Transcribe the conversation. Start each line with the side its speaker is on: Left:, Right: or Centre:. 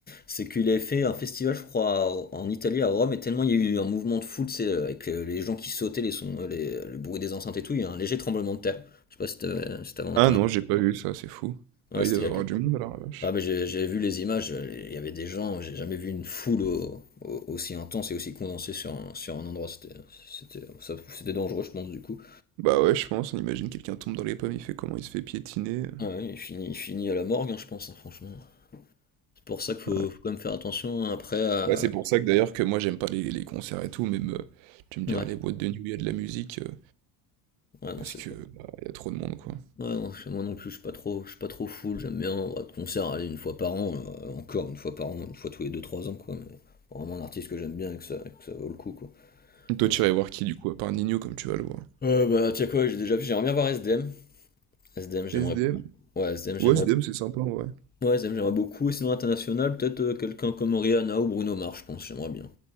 Left: c'est qu'il avait fait un festival, je crois, à- en Italie, à Rome, et tellement il y a eu un mouvement de foule, c'est euh, avec euh, les gens qui sautaient, les sons, euh, les- le bruit des enceintes et tout, il y a un léger tremblement de terre. Je sais pas si t'avais si t'avais entendu.
Right: Ah non, j'ai pas vu ça, c'est fou.
Left: Ouais,
Right: Bah,
Left: c'était
Right: il doit
Left: il y
Right: y avoir
Left: a quelques-
Right: du monde, alors, la vache.
Left: Ah mais j'ai j'ai vu les images, il y avait des gens, j'ai jamais vu une foule au- au- aussi intense et aussi condensée sur un, sur un endroit, c'était c'était ça- c'était dangereux je pense du coup.
Right: Bah ouais, je pense, on imagine quelqu'un tombe dans les pommes, il fait comment, il se fait piétiner. euh,
Left: Ah oui, il finit, il finit à la morgue hein, je pense hein, franchement. C'est pour ça qu'il faut,
Right: ouais.
Left: faut quand même faire attention hein, après à...
Right: Bah, c'est pour ça que d'ailleurs, que moi, j'aime pas les, les concerts et tout, même, euh, tu me diras,
Left: Ouais,
Right: les boîtes de nuit, il y a de la musique, euh,
Left: ouais non
Right: parce
Left: c'est
Right: que,
Left: pas...
Right: bah, il y a trop de monde, quoi.
Left: Ouais non, c'est- moi non plus je suis pas trop, je suis pas trop foule, j'aime bien on va de concert aller une fois par an, euh, encore une fois par an, une fois tous les deux trois ans quoi, mais vraiment un artiste que j'aime bien et que ça, que ça vaut le coup quoi.
Right: Toi,
Left: Mais-
Right: tu irais voir qui, du coup, à part Nino, comme tu vas le voir?
Left: Euh, bah tiens quoi, j'ai déjà vu, j'aimerais bien voir S D M S D M j'aimerais
Right: S D M.
Left: Ouais, Zem, j'aimerais
Right: Ouais, S D M c'est sympa, ouais.
Left: ouais, Zem, j'aimerais beaucoup. Et sinon, international, peut-être euh, quelqu'un comme Rihanna ou Bruno Mars, je pense, j'aimerais bien.